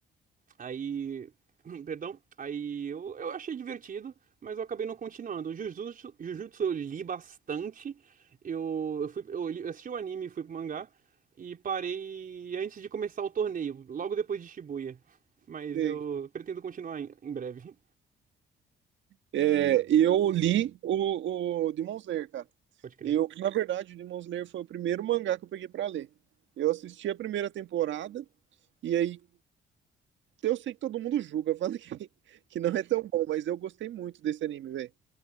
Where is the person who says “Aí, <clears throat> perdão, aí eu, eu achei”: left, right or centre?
Right